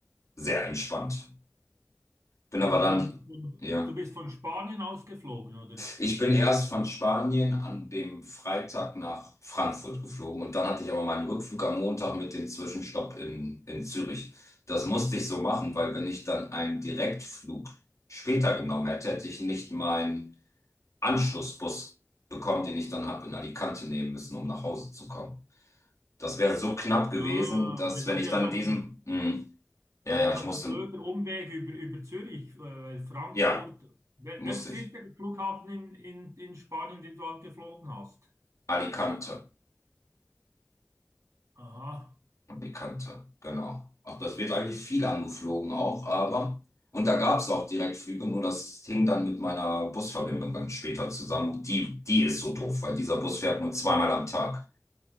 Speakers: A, on the left; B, on the right.
A: sehr entspannt. Bin aber
B: Also
A: dann,
B: von, von,
A: ja.
B: du bist von Spanien ausgeflogen, oder?
A: Ich bin erst von Spanien an dem Freitag nach Frankfurt geflogen und dann hatte ich aber meinen Rückflug am Montag mit dem Zwischenstopp in, in Zürich. Das musste ich so machen, weil wenn ich dann einen Direktflug später genommen hätte, hätte ich nicht meinen Anschlussbus bekommen, den ich dann habe in Alicante nehmen müssen, um nach Hause zu kommen. Das wäre so knapp gewesen,
B: Ah,
A: dass
B: weil das
A: wenn ich
B: ist ja
A: dann
B: doch
A: diesen,
B: ein,
A: hm, ja,
B: das
A: ja,
B: ist
A: ich
B: ja doch
A: musste,
B: ein blöder Umweg über, über Zürich, äh, weil Frankfurt.
A: ja,
B: Wel-
A: musste
B: Welches
A: ich.
B: ist der Flughafen in, in, in Spanien, den du angeflogen hast?
A: Alicante.
B: Aha.
A: Die Kante, genau. Auch das wird eigentlich viel angeflogen auch, aber. Und da gab es auch Direktflüge, nur das hing dann mit meiner Busverbindung dann später zusammen. Die, die ist so doof, weil dieser Bus fährt nur zweimal am Tag.